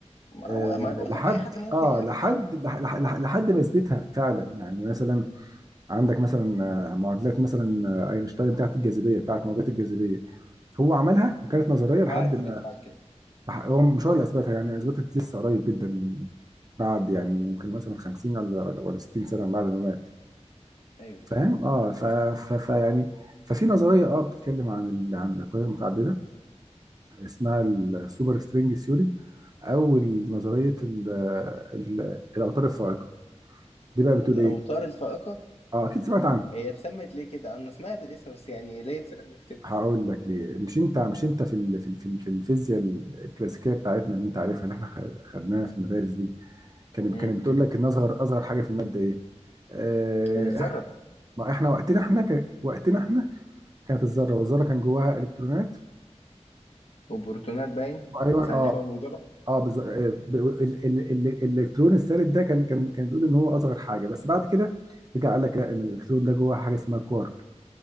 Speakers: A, on the left; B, on the right.
A: ما
B: آه،
A: هو ما بقول
B: لحد
A: لك اي حد ممكن
B: اه
A: يعمل
B: لحد
A: ده عادي.
B: لح- لح- لح- لحد ما يثبتها فعلا يعني مثلا عندك مثلا آه، معادلات مثلا آه، اينشتاين بتاعت الجاذبيه بتاعت موجات الجاذبيه هو عملها وكانت نظريه لحد
A: هو عارف يثبتها
B: ما
A: بعد كده
B: لح- هو مش هو اللي اثبتها يعني اثبتت لسه قريب جدا بعد يعني ممكن مثلا 50 ولا ولا ولا 60 سنه بعد ما مات
A: ايوه
B: فاهم اه ف ف ف يعني ففي نظريه اه بتتكلم عن ال... عن الاكوان المتعدده اسمها السوبر سترينج ثيوري او نظريه ال... ال... الاوتار الفائقه دي بقى بتقول
A: الاوتار
B: ايه
A: الفائقه
B: اه اكيد سمعت عنها
A: هي اتسمت ليه كده انا سمعت الاسم بس يعني ليه اتسمت كده
B: هقول لك ليه مش انت مش انت في ال... في ال... في ال- في الفيزياء الكلاسيكيه بتاعتنا اللي انت عارفها اللي احنا خ- خدناها في المدارس دي كانت
A: امم
B: كانت بتقول لك ان اصغر اصغر حاجه في الماده ايه آه...
A: الذره
B: إح- ما احنا وقتنا احنا كان... وقتنا احنا كانت الذره والذره كان جواها الكترونات
A: وبروتونات باين
B: ايوه
A: سالبه
B: اه
A: وموجبه
B: اه بز... آه، ب... ال... ال... ال... الالكترون السالب ده كان كان كان بيقول ان هو اصغر حاجه بس بعد كده رجع قال لك لا ان الالكترون ده جواه حاجه اسمها كوارك